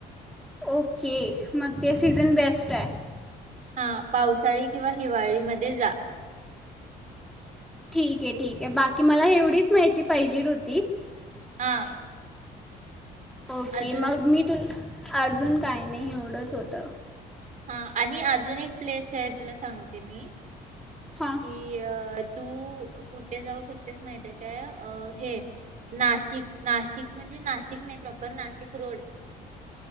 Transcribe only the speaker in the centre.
ओके! म ते सीझन बेस्ट आहे.
ठीके ठीके, बाकी मला एवढीच माहिती पाहिजेल होती.
ओके
मग मी तुल अजून काही नाही एवढंच होतं.
हां